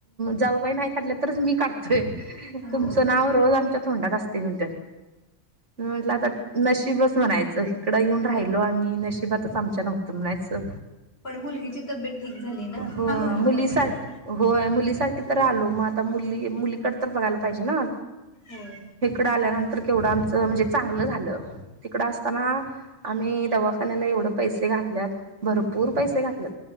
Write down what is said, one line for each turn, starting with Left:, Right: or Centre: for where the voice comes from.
Right: जाऊबाई नाही काढल्या तरच मी काढतोय.
Left: होय.
Right: तुमचं नाव रोज आमच्या तोंडात असते म्हणत. म म्हटलं आता नशिबच म्हणायचं इकडं येऊन
Left: होय.
Right: राहिलो, आम्ही नशिबातच आमच्या नव्हतं म् अससं.
Left: पण मुलगची तब्येत ठीक. झाली ना,
Right: हो
Left: हा मोठा
Right: मुली
Left: पॉइंट
Right: सा
Left: आहे.
Right: होय मुली. मु साठी तर आलो मग, आता मुली मुलीकड तर बघायला पाहिजे ना.
Left: होय.
Right: इकड आल्यानंतर केवढं आमच म्हणजे, चांगलं झालं तिकड असताना आम्ही दवाखान्यात. दवाखान्याला एवढ, पैसे घातल्या भरपूर पैसे घातल्यात.